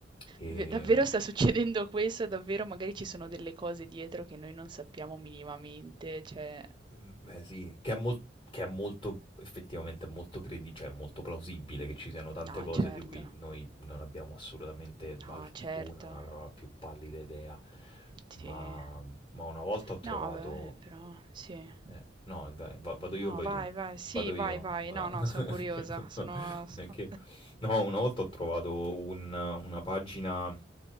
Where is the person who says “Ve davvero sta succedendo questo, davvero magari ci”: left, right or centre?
Right